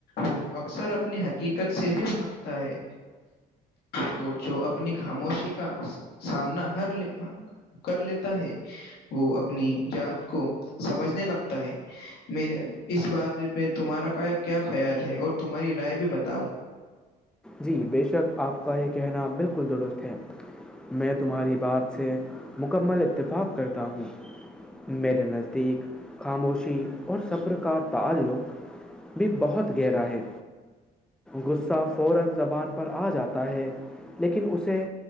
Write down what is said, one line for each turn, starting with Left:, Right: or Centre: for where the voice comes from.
Left: وہ اکثر اپنی حقیقت سے بھی بھاگتا ہے اور جو اپنی خاموشی کا سامنا ہر لے کر لیتا ہے وہ اپنی ذات کو سمجھنے لگتا ہے میرے اس بات پہ تمہارا کیا خیال ہے اور تمہاری رائے بھی بتاؤ
Centre: جی بے شک آپ کا یہ کہنا بالکل درست ہے میں تمہاری بات سے مکمل اتفاق کرتا ہوں میرے نزدیک خاموشی اور صبر کا تعلق بھی بہت گہرا ہے غصہ فوران زبان پر آ جاتا ہے لیکن اسے